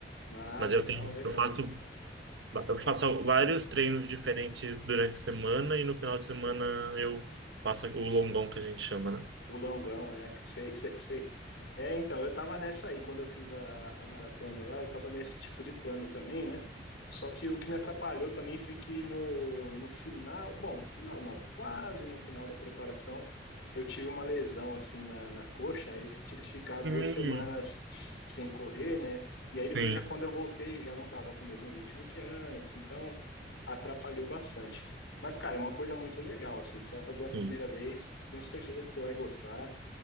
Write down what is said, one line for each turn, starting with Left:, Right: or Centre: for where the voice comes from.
Left: Ah,
Right: Mas
Left: legal,
Right: eu tenho,
Left: legal.
Right: eu faço, eu faço vários treinos diferentes durante a semana e no final de semana eu faço o longão que a gente chama, né?
Left: O Longão, é, <laughs> sei, sei, sei. É, então, eu tava nessa aí, quando eu fiz a, a maratona lá, eu tava nesse tipo de plano também, né? Só que o que me atrapalhou também foi que no, no final, bom, no final não, quase no final da preparação, eu tive uma lesão assim na, na coxa, aí eu tive que ficar duas
Right: Hum,
Left: semanas sem correr, né? E aí depois
Right: sim,
Left: já quando eu voltei, já não tava com o mesmo ritmo de antes, então atrapalhou bastante. Mas, cara, é uma coisa muito legal, assim, você vai fazer a primeira
Right: sim.
Left: vez, tenho certeza que você vai gostar,